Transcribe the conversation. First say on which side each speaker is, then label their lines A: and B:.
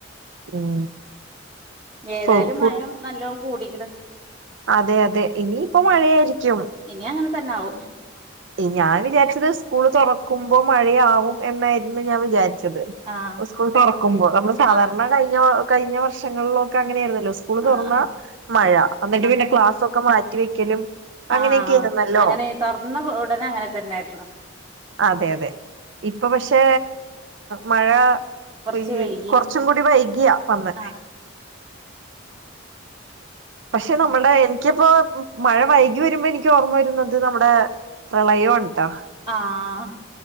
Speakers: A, on the right (about 65°); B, on the right (about 25°).
A: ഉം
B: ഏതായാലും
A: ഫു ഫുഡ്
B: മയം നല്ലോം കൂടിക്ക്ണ്.
A: അതെ അതെ. ഇനിയിപ്പം
B: ഉം
A: മഴയായിരിക്കും.
B: ഇനി അങ്ങനെ തന്നെ ആവും
A: ഞാൻ വിചാരിച്ചത്. സ്കൂള് തൊറക്കുമ്പം മഴയാവും എന്നായിരുന്നു ഞാൻ വിചാരിച്ചത്.
B: ആഹ്
A: സ്കൂൾ തൊറക്കുമ്പം. നമ്മള് സാധാരണ
B: ആഹ്
A: കഴിഞ്ഞ കഴിഞ്ഞ വർഷങ്ങളിലൊക്കെ അങ്ങനെയ ആയിരുന്നല്ലൊ. സ്കൂള് തൊറന്ന
B: ആഹ് ആഹ്
A: മഴ. അന്നിട്ട്
B: ആഹ്
A: പിന്നെ ക്ലാസ്സൊക്കെ മാറ്റി വെക്കലും. അങ്ങനെയൊക്കെ
B: ആഹ്.
A: ആയിരുന്നല്ലോ
B: അങ്ങനെ തൊറന്ന ഉടനെ അങ്ങനെ തന്നെയായിരുന്നു.
A: അതെ. അതെ. ഇപ്പൊ പക്ഷെ മഴ
B: കൊറച്ച്
A: പെയ്യ
B: വൈകീണ്
A: കുറച്ചും കൂടി. വൈക്യ വന്നെ
B: ആഹ്
A: പക്ഷെ
B: ആഹ്
A: നമ്മ ക്ക്യ് ഇപ്പോ മഴ വൈകി വരുമ്പ എനിക്ക് ഓർമ്മ വരുന്നത് നമ്മുടെ പ്രളയോണ ട്ടോ.
B: ആഹ്